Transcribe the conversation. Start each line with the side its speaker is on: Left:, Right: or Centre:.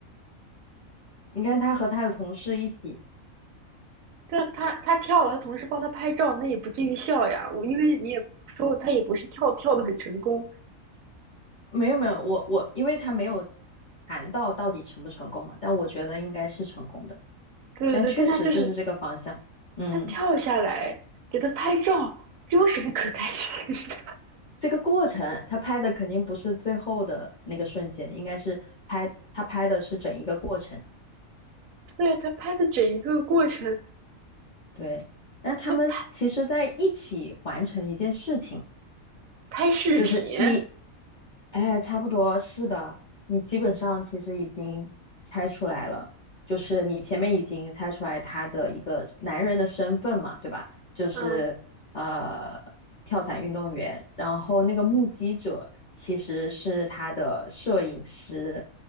Left: 你看他和他的同事一起，
Right: 对啊，他他跳了，他同事帮他拍照，那也不至于笑呀。我因为你也说了他也不是跳跳的很成功，
Left: 没有没有，我我因为他没有谈到到底成不成功嘛，但我觉得应该是成功的，
Right: 对对对，
Left: 但确实就是这个方向。
Right: 但他就是
Left: 嗯，
Right: 他跳下来给他拍照，这有什么可开心的？
Left: 这个过程他拍的肯定不是最后的那个瞬间，应该是拍他拍的是整一个过程。
Right: <laughs> 对啊，他拍的整一个过程，
Left: 对，但他们其实在一起完成一件事情，
Right: 他拍拍视频，
Left: 就是你，哎，差不多是的，你基本上其实已经猜出来了，就是你前面已经猜出来他的一个男人的身份嘛，对吧？就是呃，
Right: 嗯，
Left: 跳伞运动员，然后那个目击者其实是他的摄影师，